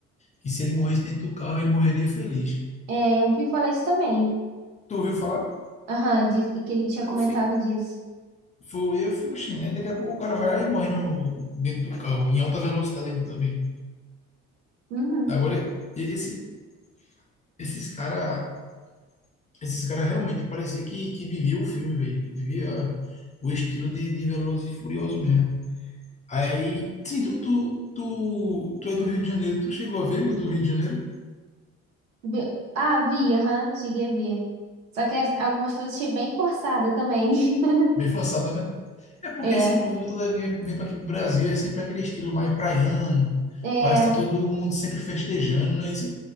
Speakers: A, on the left (about 20°); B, on the right (about 80°).
A: que se ele morresse dentro do carro, ele morreria feliz.
B: É, eu vi falar isso também.
A: Tu ouviu falar?
B: Aham, diz que ele tinha
A: Aí
B: comentado
A: eu fico.
B: disso.
A: Foi eu, fico, oxi, aí daqui a pouco o cara vai lá e morre no, dentro do carro, em alta velocidade ainda também.
B: Uhum.
A: Agora, e- esse, esses cara, esses cara realmente parecia que, que vivia o filme, velho. Vivia o estilo de, de Velozes e Furiosos mesmo. Aí, sim, tu, tu, tu, tu é do Rio de Janeiro, tu chegou a ver o do Rio de Janeiro?
B: Vi- Ah, vi, aham, cheguei a ver. Só que as- algumas coisas achei bem forçada também. <laughs>
A: Bem forçada, né? É porque
B: É,
A: esse povo todo ele vem vem para aqui pro Brasil, é sempre aquele estilo mais praiano,
B: é.
A: parece que tá todo mundo sempre festejando, não é isso?